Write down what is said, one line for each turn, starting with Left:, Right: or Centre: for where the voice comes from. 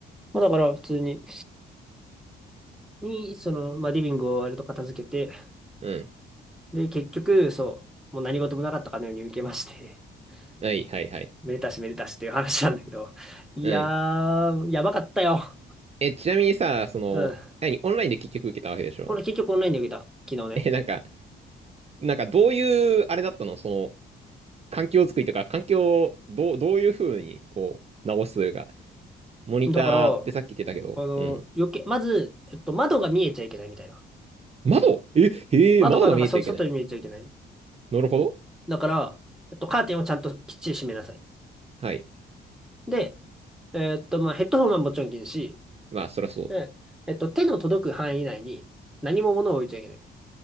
Centre: まあだから普通に、に、その、まあリビングを割と片付けて、
Right: うん。
Centre: で、結局、そう、もう何事もなかったかのように受けまして、
Right: はい、はい、はい。
Centre: <laughs> めでたしめでたしっていう話なんだけど、いやー、
Right: うん。
Centre: やばかったよ。
Right: え、ちなみにさ、その、
Centre: うん。
Right: 何、オンラインで結局受けたわけでしょ
Centre: 俺結局オンラインで受けた。昨日ね。
Right: え、なんか、なんかどういう、あれだったのその、環境づくりとか、環境をどう、どういうふうに、こう、直すというか、モニターってさっき言ってたけど、
Centre: だから、あの、
Right: うん。
Centre: 余計、まず、えっと、窓が見えちゃいけないみたいな。
Right: 窓え、へえ、
Centre: 窓がなんかそ外に見えちゃいけない。
Right: 窓が見えちゃいけない。なるほど。
Centre: だから、えっと、カーテンをちゃんときっちり閉めなさい。
Right: はい。
Centre: で、えっと、まあ、ヘッドホンはもちろん禁止。
Right: まあ、そりゃそう。
Centre: で、えっと、手の届く範囲内に何も物を置いちゃいけない。